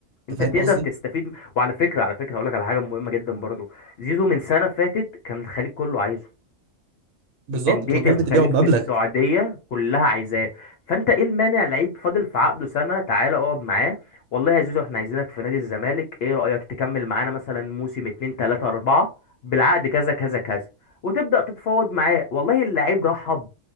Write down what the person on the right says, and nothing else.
انت فاهم
قصدي
بالظبط
انت كنت ممكن
تبيعه بمبلغ